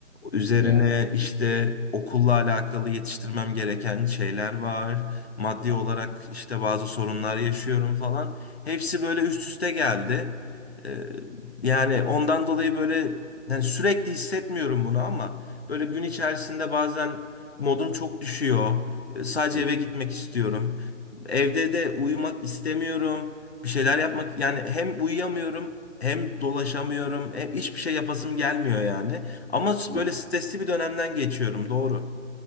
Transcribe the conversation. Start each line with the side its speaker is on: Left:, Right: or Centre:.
Left: Üzerine
Right: hadi ya.
Left: işte okulla alakalı yetiştirmem gereken şeyler var. Maddi olarak işte bazı sorunlar yaşıyorum falan. Hepsi böyle üst üste geldi. E, yani ondan dolayı böyle yani sürekli hissetmiyorum bunu ama böyle gün içerisinde bazen modum çok düşüyor. E, Sadece
Right: Evet,
Left: eve gitmek istiyorum. Evde de uyumak istemiyorum. Bir şeyler yapmak yani hem uyuyamıyorum hem dolaşamıyorum. Hem hiçbir şey yapasım gelmiyor yani. Ama
Right: evet.
Left: böyle stresli bir dönemden geçiyorum doğru.